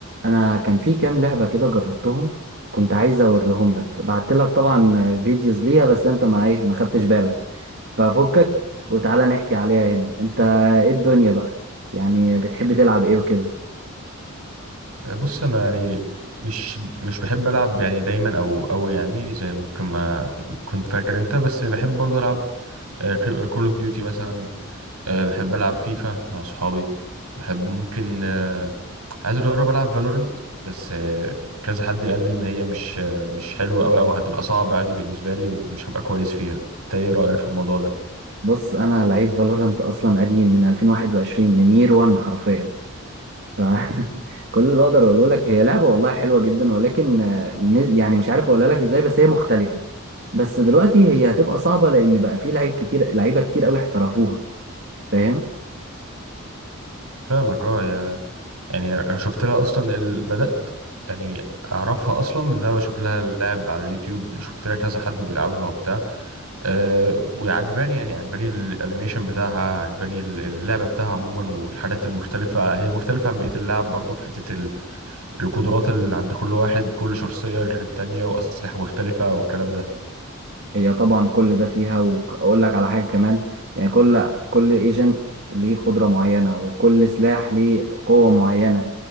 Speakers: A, on the right; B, on the right.
A: انا كان في كام لعبه كده جربتهم كنت عايز اوريهم لك بعت لك طبعا فيديوز ليها بس انت ما ايه ما خدتش بالك ففكك وتعالى نحكي عليها هنا انت ايه الدنيا بقى يعني بتحب تلعب ايه وكده
B: بص انا يعني مش مش بحب العب يعني دايما او او يعني زي ممكن ما كنت فاكر انت بس بحب برضه العب كول اوف ديوتي مثلا آه، بحب العب فيفا مع صحابي بحب ممكن آه، عايز اجرب العب فالورنت بس آه، كذا حد قال لي ان هي مش آه، مش حلوه قوي او هتبقى صعبه يعني بالنسبه لي ومش هبقى كويس فيها انت ايه رايك في الموضوع ده
A: بص انا لعيب فالورانت اصلا قديم من 2021 من يير 1 حرفيا ف <laughs> كل اللي اقدر اقوله لك هي لعبه والله حلوه جدا ولكن آه، نز- يعني مش عارف اقولها لك ازاي بس هي مختلفه بس دلوقتي هي هتبقى صعبه لان بقى في لعيب كتير لعيبه كتير قوي احترفوها فاهم
B: فاهمك اه يا يعني انا شفت لها اصلا ال- بدات يعني اعرفها اصلا من ان انا بشوف لها لعب على اليوتيوب شفت لها كذا حد بيلعبها وبتاع أه وعجباني يعني عجباني الانيميشن بتاعها عجباني ال- اللعبه بتاعها عموما والحاجات المختلفه هي مختلفه عن بقيه اللعب برضو في حته ال- القدرات اللي عند كل واحد كل شخصيه غير التانيه واسلحه مختلفه والكلام ده
A: هي طبعا كل ده فيها واقول لك على حاجه كمان يعني كل كل ايجنت ليه قدره معينه وكل سلاح ليه قوه معينه